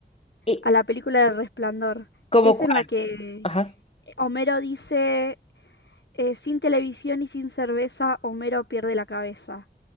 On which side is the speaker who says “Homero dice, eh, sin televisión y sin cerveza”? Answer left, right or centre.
Left